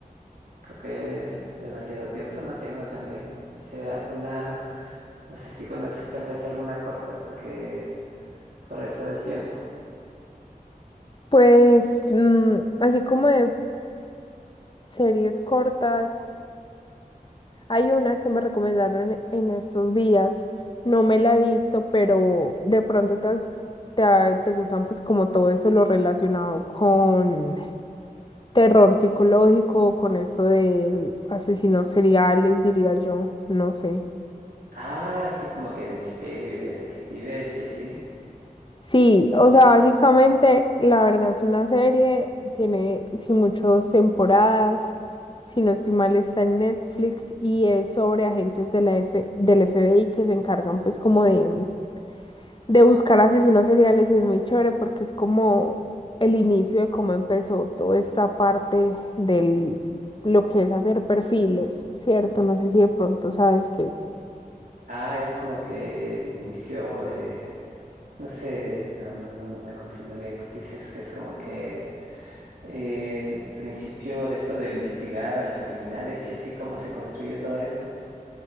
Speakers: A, on the right; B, on the left.
A: creo que demasiado tiempo no tengo también. No sé, alguna, no sé si conoces tal vez alguna corta porque por esto del tiempo.
B: Pues mm, así como de series cortas. Hay una que me recomendaron en estos días, no me la he visto, pero de pronto te, te, ah, te gustan pues como todo eso lo relacionado con terror psicológico, con esto de asesinos seriales, diría yo, no sé.
A: Ah, sí, como que de misterio y de detectives y así.
B: Sí, o sea, básicamente la verdad es una serie, tiene sí muchas temporadas, si no estoy mal está en Netflix y es sobre agentes de la F del FBI que se encargan pues como de de buscar asesinos seriales y es muy chévere porque es como el inicio de cómo empezó toda esta parte del lo que es hacer perfiles, ¿cierto? No sé si de pronto sabes qué es.
A: Ah, es como que el inicio de No sé, no, no, no, no me comprendo bien. Dices que es como que eh, el principio de esto de investigar a los criminales y así cómo se construyó todo esto.